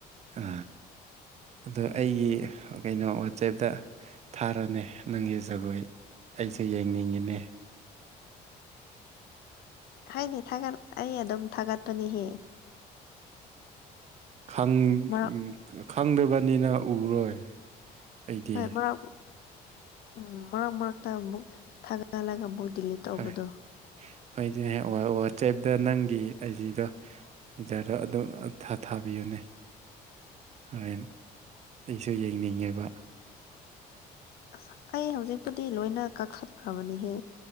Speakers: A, on the right; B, on the left.
A: ꯑ ꯑꯗꯣ ꯑꯩꯒꯤ ꯀꯩꯅꯣ ꯋꯥꯆꯦꯞꯇ ꯊꯥꯔꯣꯅꯦ ꯅꯪꯒꯤ ꯖꯒꯣꯏ ꯑꯩꯁꯦ ꯌꯦꯡꯅꯤꯡꯉꯤꯅꯦ
B: ꯍꯥꯏꯅꯤ ꯊꯥꯒꯠ ꯑꯩ ꯑꯗꯨꯝ ꯊꯥꯒꯠꯄꯅꯤꯍꯦ
A: ꯈꯪ
B: ꯃꯔꯛ
A: ꯎꯝ ꯈꯪꯗꯕꯅꯤꯅ ꯎꯔꯣꯏ ꯑꯩꯗꯤ
B: ꯍꯣꯏ ꯃꯔꯛ ꯎꯝ ꯃꯔꯛ ꯃꯔꯛꯇ ꯑꯃꯨꯛ ꯊꯥꯒꯠꯂꯒ ꯑꯃꯨꯛ ꯗꯤꯂꯤꯠ ꯇꯧꯕꯗꯣ
A: ꯍꯣꯏ ꯍꯣꯏꯗꯤꯍꯦ ꯑꯣ ꯑꯣ ꯋꯥꯆꯦꯞꯗ ꯅꯪꯒꯤ ꯑꯥꯢꯖꯤꯗꯣ ꯍꯤꯗꯔꯗꯣ ꯑꯗꯨꯝ ꯊꯥ ꯊꯥꯕꯤꯌꯨꯅꯦ ꯍꯣꯔꯦꯟ ꯑꯩꯁꯨ ꯌꯦꯡꯅꯤꯡꯉꯤꯕ
B: ꯑꯁ ꯑꯩ ꯍꯧꯖꯤꯛꯄꯨꯗꯤ ꯂꯣꯏꯅ ꯀꯛꯈꯠꯈ꯭ꯔꯕꯅꯤꯍꯦ